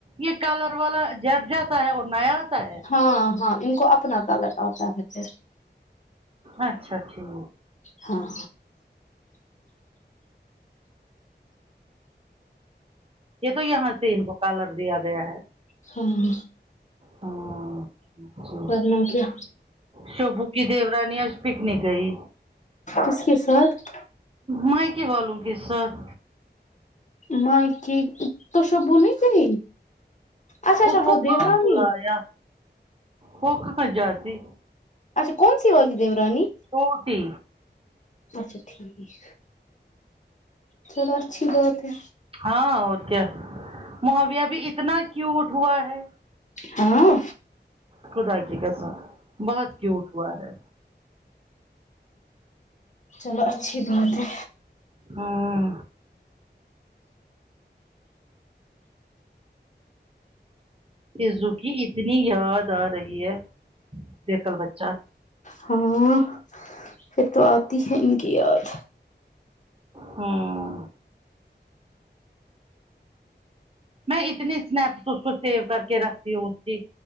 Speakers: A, on the right; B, on the left.
A: یہ کالر والا جٹ جاتا ہے اور نیا آتا ہے
B: ہاں ہاں ان کو اپنا کلر آتا ہے پھر
A: اچھا ٹھیک
B: ہاں
A: یہ تو یہاں سے ان کو کالر دیا گیا ہے
B: ہاں
A: ہاں جی جی
B: ورنہ کیا
A: شبو کی دیورانی آج پکنک گئی
B: کس کے ساتھ
A: مئیکے والوں کے ساتھ
B: مائکے کی تو شبو نہیں گئی اچھا اچھا
A: اس
B: وہ
A: کو
B: دیورانی
A: کہاں بلایا وہ کہاں جاتی
B: اچھا کونسی والی دیورانی
A: چھوٹی
B: اچھا ٹھیک چلو اچھی بات ہے
A: ہاں اور کیا ماویا بھی اتنا کیوٹ ہوا ہے
B: ہاں
A: خدا کی قسم بہت کیوٹ ہوا ہے
B: چلو اچھی بات ہے
A: ہاں تیزو کی اتنی یاد آ رہی ہے بیکل بچہ
B: ہاں پھر تو آتی ہے ان کی یاد
A: ہوں میں اتنی سنیپس اس کو سیو کر کے رکھتی ہوں اس کی